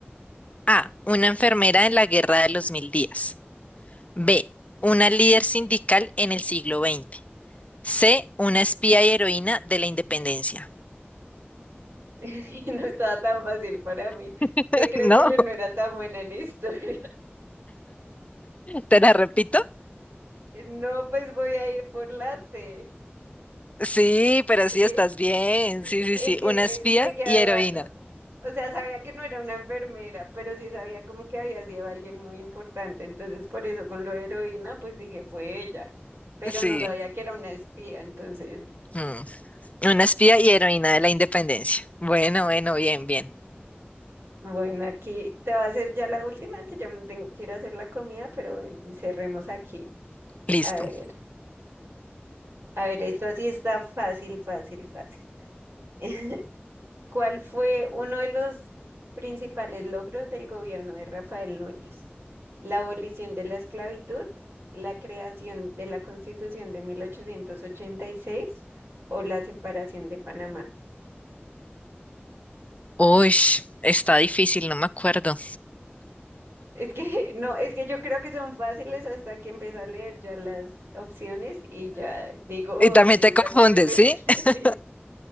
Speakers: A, on the left; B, on the right.
A: A, una enfermera en la Guerra de los Mil Días. B, una líder sindical en el siglo XX. C, una espía y heroína de la independencia.
B: <laughs> y no estaba tan fácil para mí,
A: <laughs>
B: que creo
A: ¿No?
B: que yo no era tan buena en historia. <laughs>
A: ¿Te la repito?
B: No, pues voy a ir por la C,
A: Sí, pero
B: ¿sí?
A: sí estás bien. Sí, sí,
B: Es
A: sí,
B: que
A: una
B: eh,
A: espía
B: llegué a
A: y heroína.
B: dudarlo. O sea, sabía que no era una enfermera, pero sí sabía como que había sido alguien muy importante. Entonces, por eso con lo de heroína, pues dije, fue ella, pero
A: Sí.
B: no sabía que era una espía. Entonces,
A: Mm, Una espía y heroína de la independencia. Bueno, bueno, bien, bien.
B: bueno, aquí te va a hacer ya la última, que ya me tengo que ir a hacer la comida, pero bueno, cerremos aquí.
A: Listo.
B: A ver. A ver, esta sí está fácil, fácil, fácil. <laughs> ¿Cuál fue uno de los principales logros del gobierno de Rafael Núñez? La abolición de la esclavitud, la creación de la Constitución de 1886 o la separación de Panamá.
A: Uy, está difícil, no me acuerdo.
B: Es que <laughs> no, es que yo creo que son fáciles hasta que empiezo a leer ya las opciones y ya digo, oh,
A: Y también
B: sí,
A: te
B: está
A: confundes,
B: como difícil.
A: ¿sí?
B: <laughs>
A: <laughs>
B: Sí,